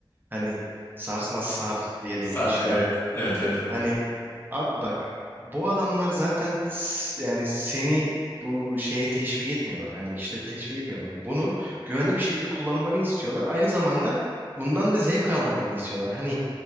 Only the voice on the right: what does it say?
Hani sarsmaz sar diye de
geçiyor.
Hani abi bak bu adamlar zaten s- yani seni bu şeye teşvik etmiyorlar. Hani işleri teşvik etmiyorlar. Bunu güvenli bir şekilde kullanmanı istiyorlar. Aynı zamanda bundan da zevk almanı istiyorlar. Hani